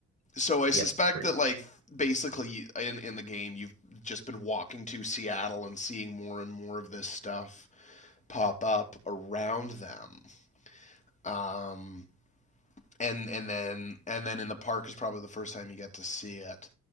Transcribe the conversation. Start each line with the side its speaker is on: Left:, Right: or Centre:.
Left: So I
Right: Yep,
Left: suspect
Right: pretty
Left: that
Right: much.
Left: like basically in in the game you've just been walking to Seattle and seeing more and more of this stuff pop up around them. Um, and and then and then in the park is probably the first time you get to see it.